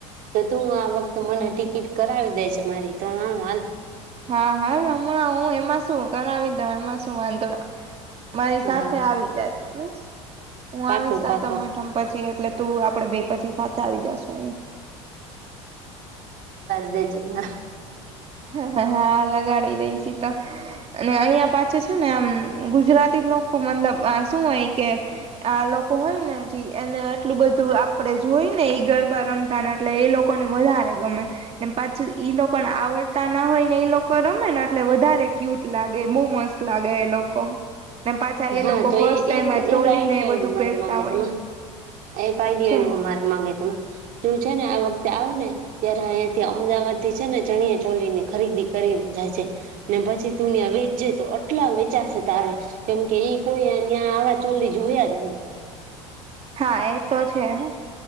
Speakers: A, on the right; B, on the right.
A: તો તું આ વખતે મને ટિકિટ કરાવી દે છે મારી તો હું હાલ
B: હા હાલ હમણાં હું એમાં શું કરાવી દઉ એમાં શું વાંધો. મારી સાથે
A: હા
B: આવી જાજે બસ. હું
A: પાકો
B: આવીશ સાતમ
A: પાકો
B: આઠમ પછી એટલે તું આપડે બે પછી સાથે આવી જશુ એમ.
A: <unintelligible> માં
B: હ હા લગાડી દઈશ ઈ તો અને અહંયા પાછું છે ને આમ ગુજરાતી લોકો મતલબ આ શું હોય કે આ લોકો હોય ને એને આટલું બધુ તું આપણે જોઈ ને ઇ ગરબા રમતા ન એટલે એ લોકોને વધારે ગમે ને પાછું ઈ લોકો પણ આવડ તા ના હોય ને એ લોકો રમે ને એટલે વધારે ક્યુટ લાગે બો મસ્ત લાગે એ લોકો. ને પાછા
A: હા
B: એ લોકો
A: તો
B: ફર્સ્ટ ટાઈમ
A: એક
B: આ
A: એક
B: ચોલીને
A: આઈડિયો
B: એ બધું
A: આવ્યો મારા
B: પહેરતા
A: મગજમાં
B: હોય.
A: એક આઇડિયો
B: શું
A: આવ્યો મારા મગજમાં. તું છે ને આ વખતે આવ ને ત્યારે અહીંયા થી અમદાવાદ થી છે ને ચણિયા ચોલી ની ખરીદી કરીને જજે ને પછી તુનિયા વેચજે તો આટલા વેચાશે તાર કેમકે ઈ કોઈ અહીંયા આવા ચોલી જોયા જ ની હોય.
B: હા એ તો છે હા.